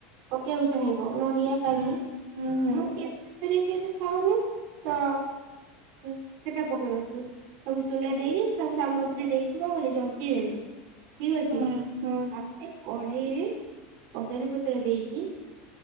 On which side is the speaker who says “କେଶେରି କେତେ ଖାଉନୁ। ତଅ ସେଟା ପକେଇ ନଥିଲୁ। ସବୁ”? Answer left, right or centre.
Right